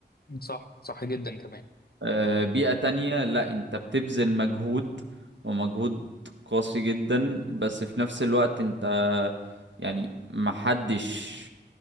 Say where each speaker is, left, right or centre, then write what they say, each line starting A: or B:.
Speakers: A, on the left; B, on the right.
A: صح صح جدا كمان
B: آه بيئة تانية لا انت بتبذل مجهود ومجهود قاسي جدا بس في نفس الوقت انت يعني محدش